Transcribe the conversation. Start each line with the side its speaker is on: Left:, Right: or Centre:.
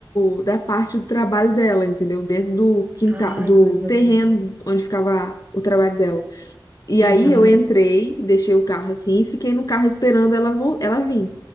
Left: do- da parte do trabalho dela, entendeu? Dentro do quintal,
Right: Ai,
Left: do
Right: coisa
Left: terreno
Right: boa.
Left: onde ficava o trabalho dela. E
Right: Uhum.
Left: aí eu entrei, deixei o carro assim e fiquei no carro esperando ela, vol- ela vir.